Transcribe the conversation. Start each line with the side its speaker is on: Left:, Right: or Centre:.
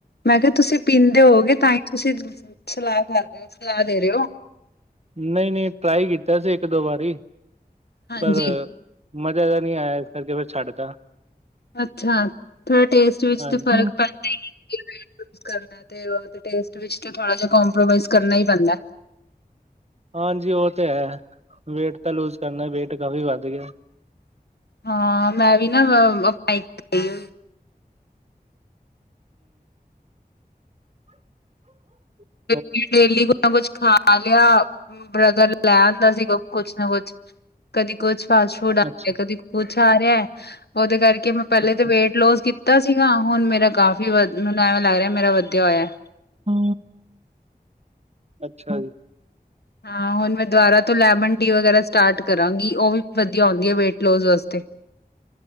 Left: ਮੈਂ ਕਿਹਾ ਤੁਸੀਂ ਪੀਂਦੇ ਹੋਗੇ ਤਾਂ ਹੀ ਤੁਸੀਂ ਸਲਾਹ ਕਰ ਰਹੇ ਹੋ ਸਲਾਹ ਦੇ ਰਹੇ ਹੋ।
Right: ਨਈ ਨਈ ਟਰਾਈ ਕੀਤਾ ਸੀ ਇੱਕ ਦੋ ਵਾਰੀ
Left: ਹਾਂਜੀ
Right: ਪਰ ਰ ਮਜ਼ਾ ਜਾ ਨੀ ਆਇਆ ਇਸ ਕਰਕੇ ਫੇਰ ਛੱਡਤਾ।
Left: ਅੱਛਾ, ਥੋੜਾ ਟੇਸਟ ਵਿੱਚ
Right: ਹਾਂਜੀ
Left: ਤੇ ਫ਼ਰਕ ਪੈਂਦਾ ਈ ਏ। ਜੇ ਵੇਟ ਲੁਜ਼ ਕਰਨਾ ਐ, ਤੇ ਟੇਸਟ ਵਿੱਚ ਤੇ ਥੋੜਾ ਜਿਹਾ ਕੋਪਰੋਮਾਈਜ ਕਰਨਾ ਹੀ ਪੈਂਦਾ।
Right: ਹਾਂਜੀ ਓਹ ਤੇ ਹੈ, ਵੇਟ ਤਾ ਲੂਜ ਕਰਨਾ ਵੇਟ ਕਾਫ਼ੀ ਵਧ ਗਿਆ।
Left: ਹਾਂ ਮੈਂ ਵੀ ਨਾ ਅ ਅ <unintelligible>
Right: ਹੂ
Left: <unintelligible> ਡੇਲੀ ਕੁ ਨਾ ਕੁਛ ਖਾ ਲਿਆ, ਬ੍ਰਦਰ ਲੈ ਆਦਾ ਸੀਗਾ ਕੁਛ ਨਾ ਕੁਛ। ਕਦੀ ਕੁਛ ਫਾਸਟ ਫੂਡ ਆ ਰਹਿ
Right: ਅੱਛਾ
Left: ਆ, ਕਦੀ ਕੁਛ ਆ ਰਿਹਾ ਉਹਦੇ ਕਰਕੇ ਮੈਂ ਪਹਿਲੇ
Right: ਅੱਛਾ
Left: ਤੇ ਵੇਟ ਲੋਸ ਕੀਤਾ ਸੀਗਾ, ਹੁਣ ਮੇਰਾ ਕਾਫ਼ੀ ਵਧ ਮੈਨੂੰ ਐਵੇਂ ਲਗ ਰਿਹਾ ਮੇਰਾ ਵਧਿਆ ਹੋਇਆ।
Right: ਹੂ, ਅੱਛਾ ਜੀ।
Left: ਹਾਂ ਹੁਣ ਮੈਂ ਦੁਬਾਰਾ ਤੋਂ ਲੈਮਨ ਟੀ ਵਗੈਰਾ ਸਟਾਰਟ ਕਰਾਂਗੀ, ਉਹ ਵੀ ਵਧੀਆ ਹੁੰਦੀ ਐ ਵੇਟ ਲੋਜ ਵਾਸਤੇ।